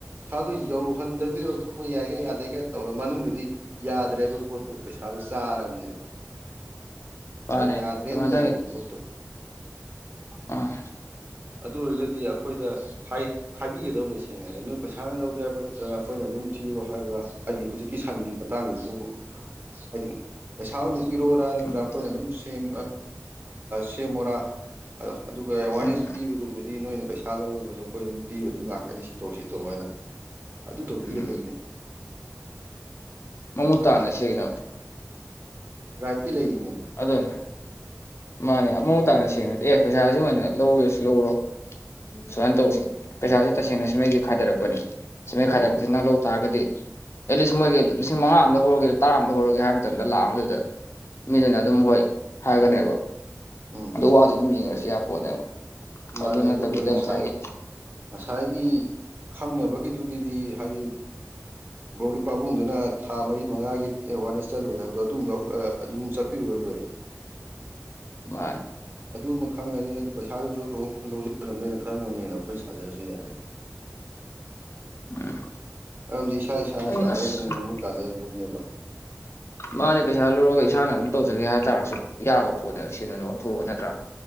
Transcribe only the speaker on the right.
ꯁꯥꯗꯨꯣ ꯌꯧꯍꯟꯗꯕꯤꯗ ꯂꯧꯊꯣꯛꯄ ꯌꯥꯏꯒꯥꯏ ꯌꯥꯗꯦꯒꯥꯏ ꯇꯧꯔ ꯃꯅꯨꯡꯗꯗꯤ ꯌꯥꯗ꯭ꯔꯦꯕ ꯄꯣꯠꯇꯨ ꯄꯩꯁꯥꯗ ꯆꯥꯔꯕꯅꯦꯕ
ꯌꯥꯗ꯭ꯔꯦꯅ
ꯂꯩꯕ ꯄꯣꯠꯇꯣ
ꯑꯗꯨ ꯑꯣꯏꯔꯒꯗꯤ ꯑꯩꯈꯣꯏꯗ ꯍꯥꯏꯕꯤꯒꯗꯕꯅꯤ ꯁꯦꯡꯅ ꯅꯣꯏ ꯄꯩꯁꯥ ꯂꯧꯒꯦ ꯍꯥꯏꯕ ꯅ ꯅꯠꯇ꯭ꯔꯒ ꯑꯩꯈꯣꯏꯅ ꯑꯗꯨꯝ ꯊꯤꯌꯣ ꯍꯥꯏꯕ꯭ꯔꯥ ꯍꯥꯏꯗꯤ ꯍꯧꯖꯤꯛꯀꯤ ꯁꯟꯒꯤ ꯃꯇꯥꯡꯗꯁꯨ ꯍꯥꯏꯗꯤ ꯄꯩꯁꯥ ꯑꯣꯏꯅ ꯄꯤꯔꯛꯑꯣꯔꯥ ꯅꯠꯇ꯭ꯔꯒ
ꯑꯩꯈꯣꯏꯅ ꯑꯗꯨꯝ ꯁꯦꯝ ꯁꯦꯝꯃꯔꯥ ꯑꯣ ꯑꯗꯨꯒ ꯑꯦꯋꯥꯔꯅꯦꯁ
ꯄꯤꯕꯗꯨꯕꯨꯗꯤ ꯑꯗꯨ ꯅꯣꯏꯅ ꯄꯩꯁꯥ ꯂꯧꯔꯨꯕꯁꯨ ꯑꯩꯈꯣꯏ ꯑꯗꯨꯝ ꯄꯤꯕ ꯑꯗꯨꯝ ꯂꯥꯛꯀꯅꯤ ꯁꯤꯠꯇꯣꯛ ꯁꯤꯠꯇꯣꯛꯑꯣ ꯍꯥꯏꯅ ꯑꯗꯨ ꯇꯧꯕꯤꯒꯗꯕꯅꯦ
ꯔꯥꯏꯠꯇꯤ ꯂꯩꯈꯤꯅꯦꯕ
ꯎꯝ
ꯎꯝ
ꯃꯥꯅꯦ
ꯑꯗꯨꯒ ꯉꯁꯥꯏ
ꯉꯁꯥꯏꯒꯤ ꯈꯪꯅꯕꯒꯤꯗꯨꯒꯤꯗꯤ ꯍꯥꯏꯗꯤ ꯕ꯭ꯂꯣꯛꯀꯤ ꯄꯥꯕꯨꯡꯗꯨꯅ ꯊꯥ ꯃꯔꯤ ꯃꯉꯥꯒꯤ ꯑꯦꯋꯥꯔꯅꯦꯁ ꯆꯠꯂꯨꯏ ꯍꯥꯏꯕꯗꯣ ꯑꯗꯨꯝ ꯑꯗꯨꯝ ꯆꯠꯄꯤꯔꯨꯔ ꯂꯣꯏꯔꯦ
ꯑꯗꯨꯃ ꯈꯪꯉꯅꯤ ꯑꯗꯨ ꯄꯩꯁꯥꯗꯨꯁꯨ ꯈꯪꯗꯧꯖꯨꯔꯔꯕꯃꯦꯅ ꯈꯪꯉꯕꯃꯦꯅ ꯑꯩꯈꯣꯏ ꯁꯥꯖꯔꯁꯨ ꯌꯥꯔꯦ
ꯃꯔꯝꯗꯤ ꯏꯁꯥ ꯏꯁꯥꯅ
ꯁꯥꯖꯔꯗꯨꯅ
ꯃꯃꯨꯠ ꯇꯥꯖꯕ ꯄꯣꯠꯅꯦꯕ